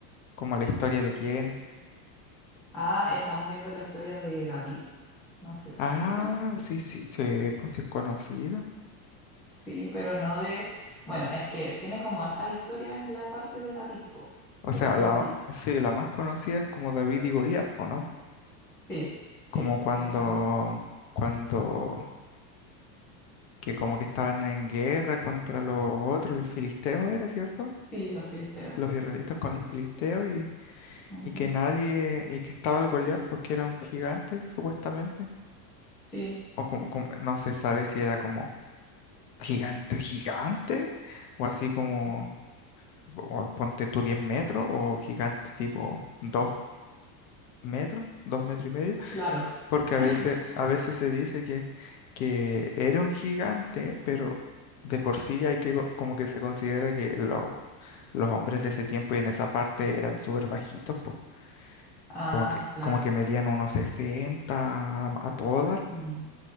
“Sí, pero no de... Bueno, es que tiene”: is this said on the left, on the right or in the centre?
Centre